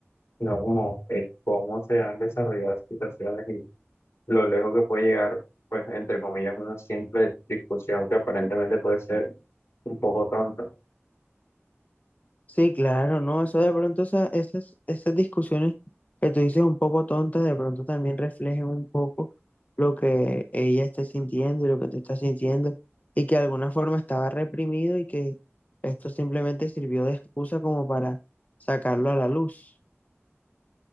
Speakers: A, on the left (about 70°); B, on the left (about 35°).
A: no como el cómo se han desarrollado las situaciones y lo lejos que puede llegar, pues, entre comillas, una simple discusión que aparentemente puede ser un poco tonta.
B: Sí, claro, ¿no? Eso de pronto, esa- esas, esas discusiones que tú dices un poco tontas, de pronto también reflejen un poco lo que ella está sintiendo y lo que tú estás sintiendo, y que de alguna forma estaba reprimido y que esto simplemente sirvió de excusa como para sacarlo a la luz.